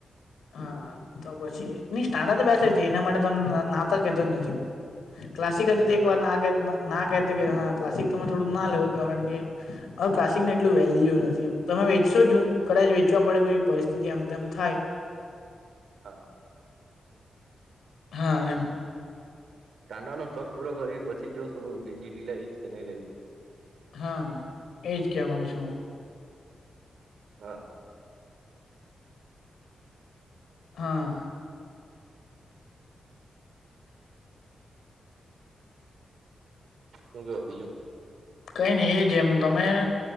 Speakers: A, on the left; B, on the right.
A: હા તો પછી ન સાન્ બેઠ એના માટે ત નાતો કેતો જ નથી હું ક્લાસિક
B: સ્ટાન્ડર્ડ
A: હતી એક વાર ના ના કા ક્લાસિક તોરે થોડુંક ના લેવો કારણ કે હ કાસિકને એટલું વેલ્યુ નથીમ તમે વેચશો જ કદાચ વેચવા પડે કોઈ પરિસ્થિતિ આમમ થાય
B: હા
A: હા એમ
B: ટાંડાનો શોખ પૂરો કર કરી પછી જો શું જીટી લાવશ કે નહી લાવશ
A: હા એજ ક માંગુ છું હું
B: હા
A: હા
B: શું કેવો બીજું
A: કઈ નઈ એ જેમ તમે